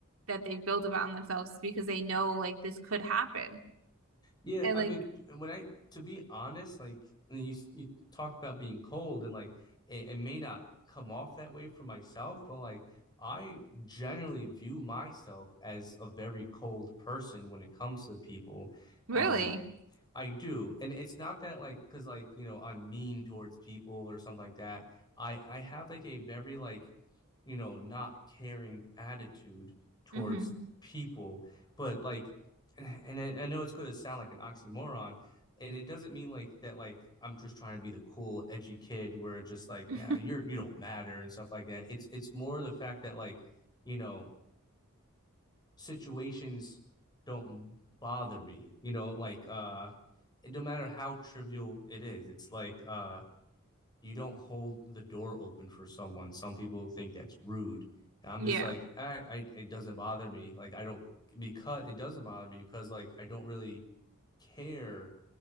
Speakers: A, on the right (about 70°); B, on the left (about 20°).
A: that they've built around themselves because they know like this could happen.
B: Yeah,
A: And
B: I
A: like
B: mean, when I to be honest, like you you talk about being cold and like it, it may not come off that way for myself, but like I generally view myself as a very cold person when it comes to people.
A: really?
B: Um, I do, and it's not that like because like you know I'm mean towards people or something like that. I I have like a very like you know, not caring attitude towards
A: hmm
B: people. But like, <sighs> and I know it's going to sound like an oxymoron, and it doesn't mean like that. Like I'm just trying to be the cool, edgy kid where just like, yeah,
A: <laughs>
B: you're you don't matter and stuff like that. It's it's more the fact that like, you know, situations don't bother me. You know, like uh, no matter how trivial it is, it's like uh you don't hold the door open for someone. Some people think that's rude. And I'm
A: Yeah.
B: just like, I, I it doesn't bother me. Like I don't because it doesn't bother me because like I don't really care